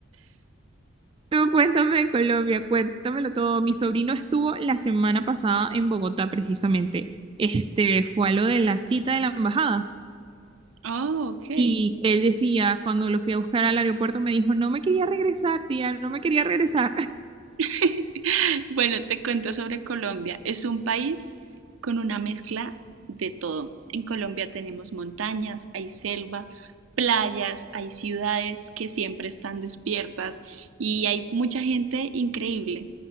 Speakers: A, on the right; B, on the right.
A: Tú cuéntame de Colombia, cuéntamelo todo. Mi sobrino estuvo la semana pasada en Bogotá, precisamente. Este, fue a lo de la cita de la embajada.
B: Oh, ok.
A: Y él decía, cuando lo fui a buscar al aeropuerto, me dijo, no me quería regresar, tía, no me quería regresar. <laughs>
B: <laughs> Bueno, te cuento sobre Colombia. Es un país con una mezcla de todo. En Colombia tenemos montañas, hay selva, playas, hay ciudades que siempre están despiertas y hay mucha gente increíble.